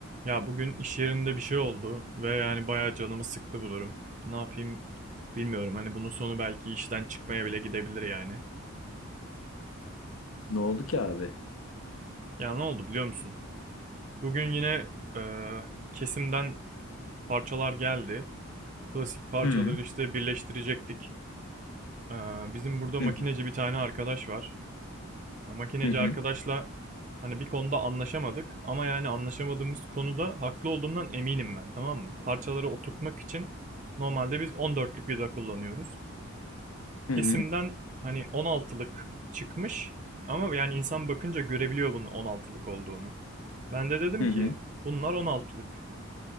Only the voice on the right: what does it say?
Ya bugün iş yerinde bir şey oldu ve yani bayağı canımı sıktı bu durum. Ne yapayım bilmiyorum. Hani bunun sonu belki işten çıkmaya bile gidebilir yani.
Ya ne oldu biliyor musun? Bugün yine e, kesimden parçalar geldi. Klasik parçaları
işte birleştirecektik. E, bizim burada
makineci
bir tane arkadaş var. Ya makineci
arkadaşla hani bir konuda anlaşamadık ama yani anlaşamadığımız konuda haklı olduğumdan eminim ben tamam mı? Parçaları oturtmak için normalde biz 14'lük vida kullanıyoruz.
Kesimden
hani 16'lık çıkmış ama yani insan bakınca görebiliyor bunun 16'lık olduğunu. Ben de dedim
ki
bunlar 16'lık.